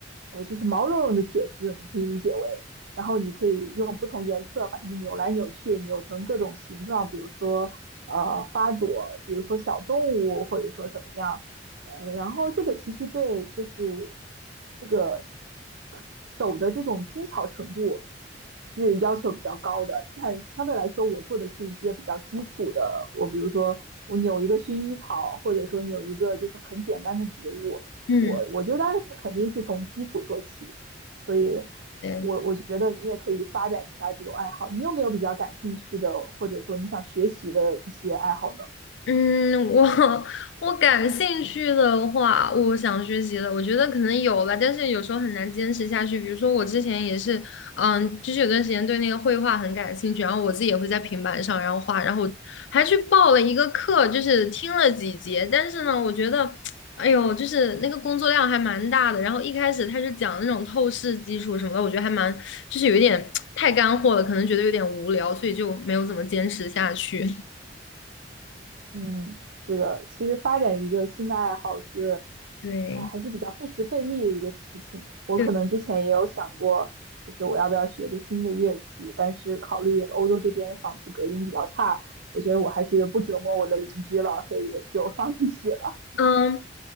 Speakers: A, on the right; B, on the left.
A: 呃，就是毛茸茸的铁丝，你可以理解为，然后你可以用不同颜色把它们扭来扭去，扭成各种形状，比如说呃花朵，比如说小动物，或者说怎么样，呃，然后这个其实对就是这个手的这种精巧程度。是要求比较高的，但相对来说，我做的是一些比较基础的。我比如说，我扭一个薰衣草，或者说扭一个就是很简单的植物，
B: 嗯，
A: 我我觉得当然是肯定是从基础做起。所以
B: 对。
A: 我，我觉得你也可以发展一下这种爱好。你有没有比较感兴趣的，或者说你想学习的一些爱好呢？
B: 嗯，我 <laughs> 我感兴趣的话，我想学习的，我觉得可能有吧，但是有时候很难坚持下去。比如说我之前也是，嗯，就是有段时间对那个绘画很感兴趣，然后我自己也会在平板上然后画，然后我还去报了一个课，就是听了几节，但是呢，我觉得，哎呦，就是那个工作量还蛮大的。然后一开始他就讲那种透视基础什么的，我觉得还蛮，就是有一点太干货了，可能觉得有点无聊，所以就没有怎么坚持下去。
A: 嗯，是的，其实发展一个新的爱好是，
B: <laughs> 对。
A: 啊，还是比较费时费力的一个事情。我可能之前也有想过，
B: 对。
A: 就是我要不要学个新的乐器，但是考虑欧洲这边房子隔音比较差，我觉得我还是不折磨我的邻居了，所以也就 <laughs> 放弃了。
B: 嗯